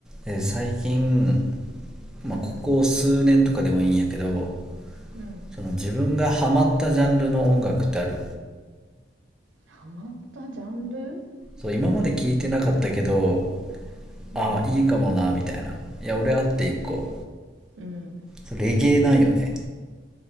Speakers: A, in the centre; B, on the right.
A: で最近、まあ、
B: うん、
A: ここ数年とかでもいいんやけど
B: うん。
A: その自分がハマったジャンルの音楽ってある
B: ハマったジャンル
A: そう今まで聞いてなかったけどああいいかもなみたいないや俺あって一個
B: うん、うん。
A: そうレゲエなんよね